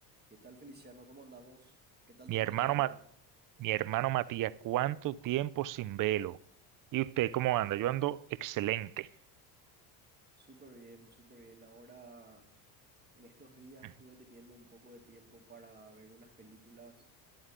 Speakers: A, on the right; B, on the right.
A: ¿Qué tal, Feliciano? ¿Cómo andamos? ¿Qué tal
B: Mi
A: te trata
B: hermano,
A: la vida?
B: Ma- mi hermano Matías, ¿cuánto tiempo sin velo? ¿Y usted cómo anda? Yo ando excelente.
A: Súper bien, súper bien. Ahora, en estos días
B: Ujú,
A: estuve teniendo un poco de tiempo para ver unas películas